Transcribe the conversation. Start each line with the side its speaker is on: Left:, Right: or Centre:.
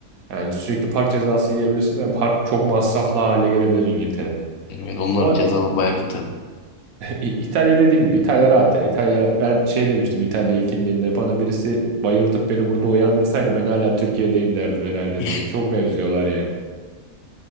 Right: Yani sürekli park cezası yiyebilirsin ve park çok masraflı hale gelebilir İngiltere'de.
Left: Evet onların
Right: Ama
Left: cezaları bayağı katı.
Right: İ- İtalya dediğim gibi İtalya rahat ya. İtalya ben şey demiştim İtalya ilk indiğimde bana birisi bayıltıp beni burada uyandırsaydı ben hala Türkiye'deyim derdim herhalde
Left: <laughs>
Right: diye. Çok benziyorlar yani.